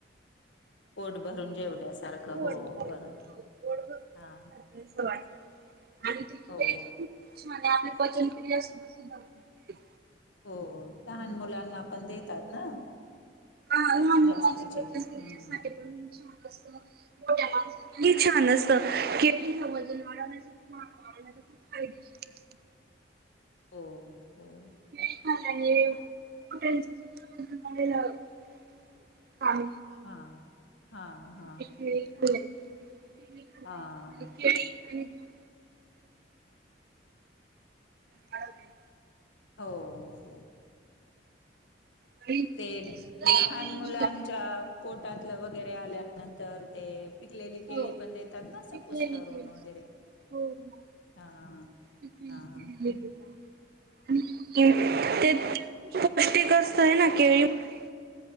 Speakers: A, on the left; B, on the right.
A: पोट भरून जेवल्यासारखं
B: पोट
A: हो
B: भर पोट
A: बरोबर
B: भरून झाल्यासारखं
A: हा.
B: असं वाटतं आणि देखील
A: हो
B: तर खूप छान आहे आपली पचनक्रिया सुद्धा सुधारते.
A: हो लहान मुलांना पण देतात ना.
B: हा लहान मुलाचे
A: जास्तीचे
B: पचनक्रियेसाठी
A: हम्म
B: पण छान मोठ्या माणसासाठी ही छान असत ते वजन वाढवण्यासाठी खूप फायदेशीर असतात.
A: हो हो
B: <unintelligible> काम
A: हा हा हा
B: हे कुणी
A: हा
B: केळी आणि तूप वाढवण्यात.
A: हो हो.
B: आणि
A: ते
B: दूध सुद्धा
A: लहान
B: तेज
A: मुलांच्या
B: होते.
A: पोटातलं वगैरे आल्यानंतर ते पिकलेली केळी
B: हो
A: पण देतात ना असं
B: पिकलेली
A: कुसकरून
B: केळी
A: वगैरे
B: हो हो
A: हा
B: पिकलेली
A: हा हो
B: केळी देतात ते त्यांना पौष्टिक असतय ना केळीमधे